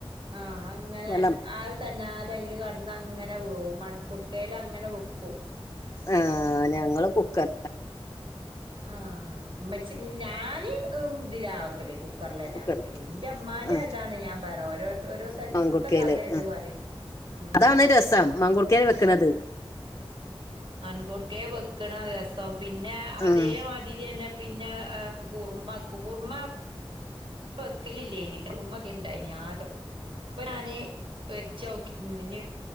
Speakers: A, on the right; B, on the left.
A: ആഹ് അങ്ങനെ
B: വെള്ളം
A: അഹ് തന്നാലെ അയില് കെടന്ന് അങ്ങനെ വേവും മൺകുട്ക്കേൽ അങ്ങനെ വെക്കും
B: ആഹ് ഞങ്ങള് കുക്കർ
A: ആഹ് ഉമ്മച്ചി ഞാന് ഇതിലാ വെ ക്കല് കുക്കറിലന്നെയാ
B: കുക്കർ
A: വെക്കല് ഇന്റെ ഇമ്മാന്റെ
B: ആഹ്
A: അതാണ് ഞാൻ പറയാ ഓരോ ഓരോ സ്ഥലത്ത്ത്തെ
B: മാങ്കുട്ക്കേല്
A: കഥ ഇത്
B: ആഹ്
A: പറയ ഉം
B: അതാണ് രസം മൺകൂ ട്ക്കേല് വെക്ക്ണത്
A: മൺകുടുക്കേ വെക്ക്ണാ രസം പിന്നെ അതേമാതിരിന്നെ
B: ആഹ്
A: പിന്നെ എ കുർമ്മാക്കും കുർമ്മ ഇപ്പ വെക്കലില്ലേനി കൂർമ്മക്കൊ ഇണ്ടായ്നി ആദ്യം ഇപ്പൊ ഞാന് വെച്ചോക്കി ഇഞ് ഇഞ്